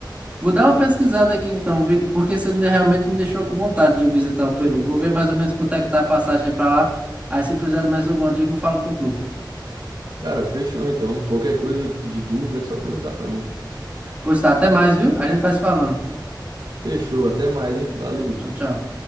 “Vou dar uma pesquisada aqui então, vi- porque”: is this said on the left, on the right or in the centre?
Right